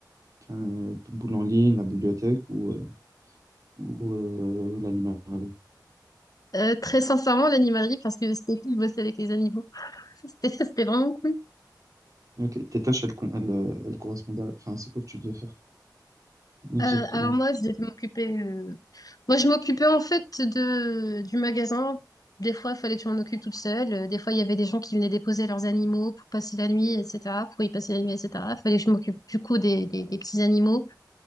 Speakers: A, on the right (about 50°); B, on the left (about 55°).
A: Euh, boule en ligne, la bibliothèque ou, euh, ou euh, l'animalerie?
B: Euh, très sincèrement, l'animalerie, parce que c'était cool de bosser avec les animaux. <laughs> C'était, c'était vraiment cool.
A: Ok, tes tâches, elles, con- elles, euh, elles correspondent à... Enfin, c'est quoi que tu devais faire? Exactement.
B: Euh, alors moi, je devais m'occuper. euh, Moi, je m'occupais en fait de du magasin. Des fois, il fallait que je m'en occupe toute seule. Euh, Des fois, il y avait des gens qui venaient déposer leurs animaux pour passer la nuit, etc. Pour y passer la nuit, etc. Il fallait que je m'occupe du coup des, des, des petits animaux.